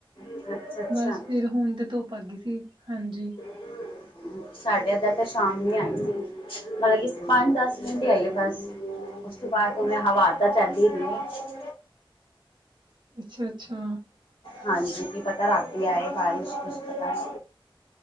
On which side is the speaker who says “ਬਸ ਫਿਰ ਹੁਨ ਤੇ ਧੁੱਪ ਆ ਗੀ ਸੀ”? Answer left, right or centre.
Right